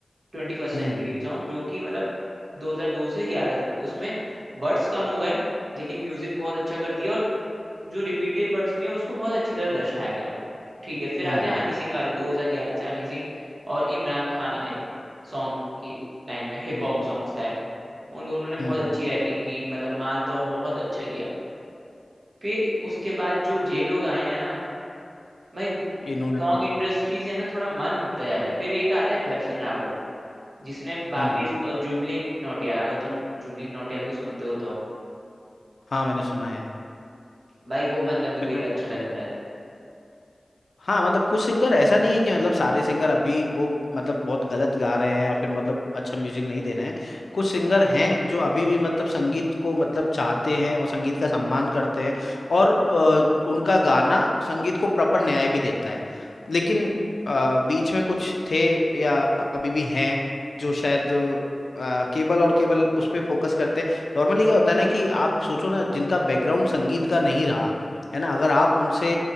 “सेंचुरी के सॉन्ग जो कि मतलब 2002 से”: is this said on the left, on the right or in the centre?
Right